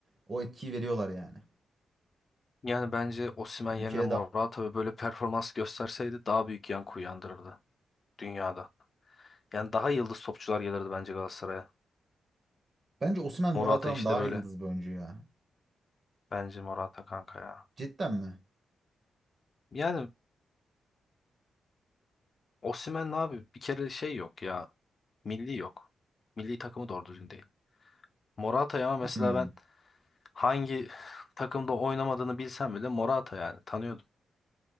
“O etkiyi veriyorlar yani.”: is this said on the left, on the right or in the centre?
Right